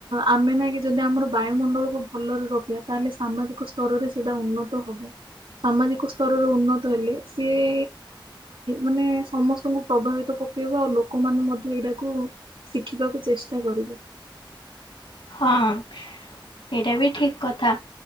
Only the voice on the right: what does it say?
ଆମେ ନାଇଁ କି ଯେବେ ଆମର ବାୟୁମଣ୍ଡଳକୁ ଭଲରେ ରଖିବା ତାହେଲେ ସାମାଜିକ ସ୍ତରରେ ସେଇଟା ଉନ୍ନତ ହବ। ସାମାଜିକ ସ୍ତରରେ ଉନ୍ନତ ହେଲେ ସିଏ ମାନେ ସମସ୍ତଙ୍କୁ ପ୍ରଭାବିତ ପକେଇବ ଆଉ ଲୋକମାନେ ମଧ୍ୟ ଏଇଟାକୁ ଶିଖିବାକୁ ଚେଷ୍ଟା କରିବେ।